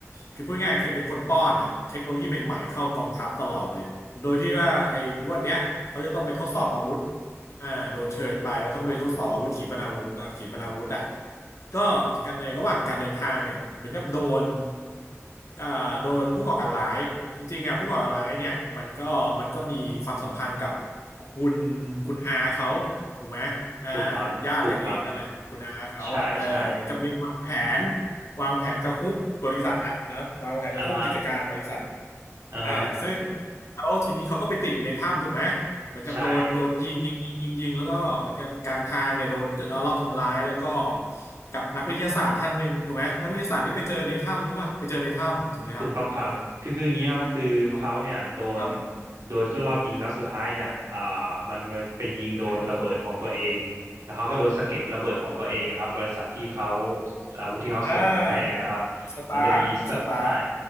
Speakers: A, on the left (about 65°); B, on the right (about 85°).
A: คือพูดง่ายๆคือเป็นคนป้อนน่ะเทคโนโลยีใหม่ๆเข้ากองทัพตลอดเลยโดยที่ว่าไอ้งวดเนี้ยเขาจะต้องไปทดสอบอาวุธ อ่าโดนเชิญไปแล้วต้องเรียทดสอบอาวุธขีปนาวุธอ่าขีปนาวุธอ่ะก็กันในระหว่างการเดินทางเนี่ยเหมือนกับโดนอ่าโดนผู้ก่อการร้ายจริงๆอ่ะผู้ก่อการร้ายเนี่ยมันก็มันก็มีความสัมพันธ์กับคุณคุณอาเขาถูกไหมอ่า
B: ถูกครับ
A: ญาติกันเองนั่นแหละคุณอาเขาอ่ะเออเหมือนกับมีวางแผน
B: ถูกครับ ใช่ ใช่
A: วางแผนจะฮุบบริษัทอ่ะนะวางแผนจะฮุบกิจการบริษัท
B: อ่าฮะอ่าฮะ
A: อ่าซึ่งแล้วทีนี้เขาก็ไปติดอยู่ในถ้ำถูกไหมเหมือนกับโดนโดนยิงยิงยิงยิงยิงแล้วก็เหมือนกับกลางทางเนี่ยโดนเอารอบทำร้ายแล้วก็
B: ใช่
A: กับนักวิทยาศาสตร์ท่านหนึ่งถูกไหมนักวิทยาศาสตร์นี่ไปเจอในถ้ำหรือเปล่าไปเจอในถ้ำถูกไหมครับเออ
B: ถูกต้องครับ คือคืออย่างนี้ครับคือเขาเนี่ยโดน
A: ครับครับ
B: โดนรอบยิงแล้วสุดท้ายเนี่ยอ่ามันมันไปยิงโดนระเบิดของตัวเองแล้วเขาก็โดนสะเก็ดระเบิดของตัวเองอะครับ
A: ใครมา
B: บริษัทที่เขาอาวุธที่เขาส่งมาให้นะครับ
A: อ่าสตาร์คสตาร์ค
B: มันจะมีสะใช่